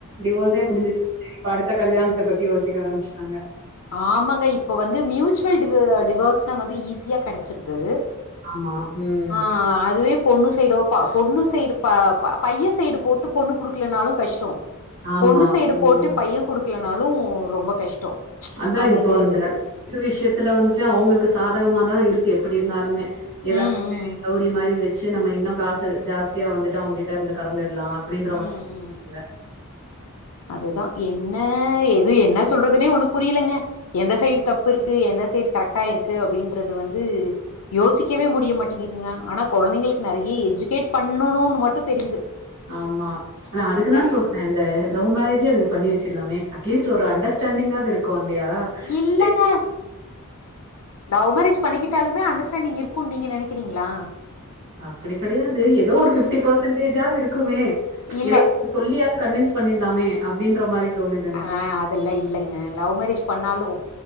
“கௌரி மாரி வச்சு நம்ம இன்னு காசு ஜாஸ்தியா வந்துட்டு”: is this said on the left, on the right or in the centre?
Right